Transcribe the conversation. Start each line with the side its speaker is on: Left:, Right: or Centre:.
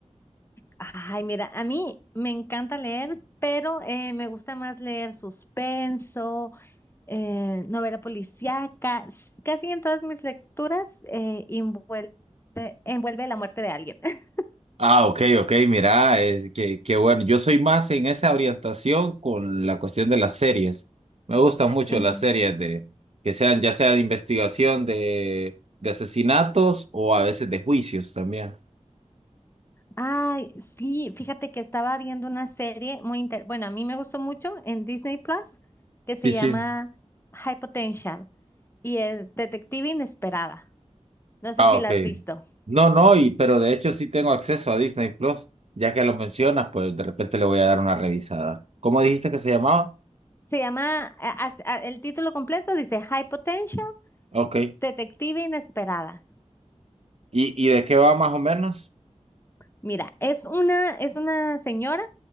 Left: Ay, mira, a mí me encanta leer, pero eh, me gusta más leer suspenso, eh, novela policíaca. S- Casi en todas mis lecturas eh, envuelve, envuelve la muerte de alguien. <laughs>
Right: Ah, ok, ok, mira, es que, que bueno, yo soy más en esa orientación con la cuestión de las series. Me gustan mucho
Left: Eh,
Right: las series de, que sean, ya sea de investigación de, de asesinatos o a veces de juicios también.
Left: ay, sí, fíjate que estaba viendo una serie muy inter... Bueno, a mí me gustó mucho en Disney Plus que se
Right: Sí,
Left: llama
Right: sí.
Left: High Potential y es Detective Inesperada. No sé
Right: Ah,
Left: si
Right: ok.
Left: la has visto.
Right: No, no, y pero de hecho sí tengo acceso a Disney Plus, ya que lo mencionas, pues de repente le voy a dar una revisada. ¿Cómo dijiste que se llamaba?
Left: Se llama, a- a- a- el título completo dice High Potential,
Right: Ok.
Left: Detective Inesperada.
Right: ¿Y, y de qué va más o menos?
Left: Mira, es una, es una señora,